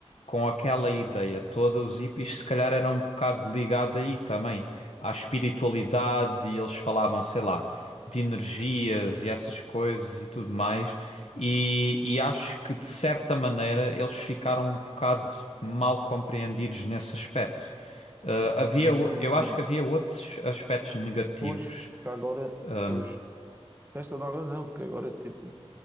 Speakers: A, on the left; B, on the right.
A: com aquela ideia toda, os hippies se calhar eram um bocado ligados aí também, à espiritualidade e eles falavam, sei lá. de energias e essas coisas e tudo mais. E, e acho que de certa maneira eles ficaram um bocado mal compreendidos nesse aspecto. Ah, havia,
B: Hum,
A: o- eu acho que havia outros aspectos negativos.
B: pois, agora,
A: Ah,
B: pois, tens toda a razão, porque agora, tipo.